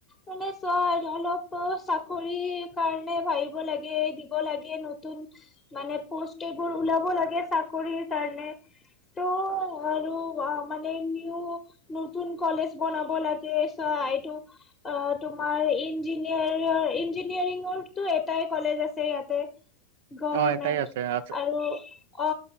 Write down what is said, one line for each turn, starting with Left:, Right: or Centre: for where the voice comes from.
Left: মানে চোৱা <unintelligible> চাকৰি কাৰণে ভাবিব লাগে দিব লাগে নতুন মানে পোষ্ট এইবোৰ ওলাব লাগে চাকৰিৰ কাৰণে। ত' আৰু মানে নিউ নতুন কলেজ বনাব লাগে। চা এইটো অ তোমাৰ ইঞ্জিনিয়াৰ ইঞ্জিনিয়াৰিঙৰো এটাই কলেজ আছে। হেই ইয়াতে ঘৰ
Right: অ এটাই
Left: মেনট
Right: আছে অ
Left: আৰু অ